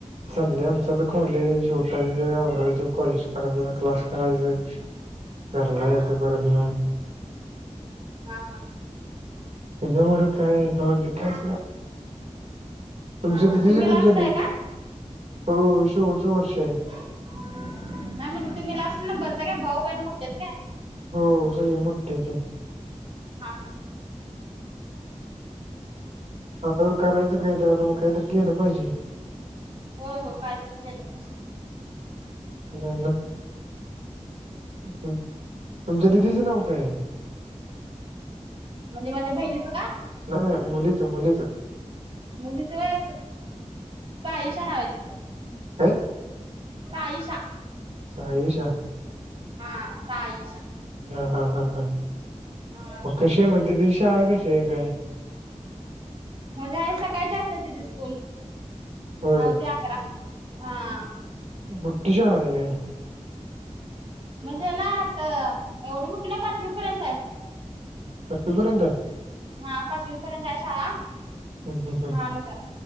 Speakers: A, on the right (about 65°); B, on the right (about 50°).
A: चल्ले आमच्या कॉलेज उठायचं, आवरायचं, कॉलेज कराय क्लास करायचं. घरला
B: हा हा
A: यांचा परत
B: हा हा
A: त्याच्यामुळें काय ते कायच ना तुमच्या
B: हा
A: दिदीचे
B: तुम्ही लास्ट
A: कसे झाले
B: आहे
A: <inaudible>
B: का
A: हो शेवटच वर्ष आहे.
B: नाही म्हणजे तुम्ही लास्ट नंबरच काय भाऊ बहीण मोठे काय?
A: हो सगळे मोठठी त.
B: हा हा
A: ह करायचं काहीतरी आता मग काहीतरी केलं पाहिजे की.
B: हो हो कायतरी केलं पाहिजे.
A: नैना, तुम तुमच्या दिदीचं नाव काय आहे‌?
B: म्हणजे माझ्या बहिणीचं का?
A: नाय नाय मुलीच, मुलीच.
B: मुलीच वय स साईशा नाव आहे तिचं.
A: काय
B: साईशा.
A: साईशा.
B: हा साईशा
A: हा हा हा हा
B: हा
A: मग कशी आहे म्हणते, तीझी शाळा कशी आहे.
B: मग आहे सकाळचे असते तिची स्कूल
A: होय
B: नव्हते आठ- अकरा. हा
A: मोठी शाळा आहे व्हय.
B: म्हणजे ना आता एवढी मुठी नाही. पाचवी पर्यंत आहे.
A: पाचवीपर्यंत आहे.
B: हा पाचवी पर्यंतय हाय शाळा,
A: हम्म हम्म हम्म.
B: लहानच हाय.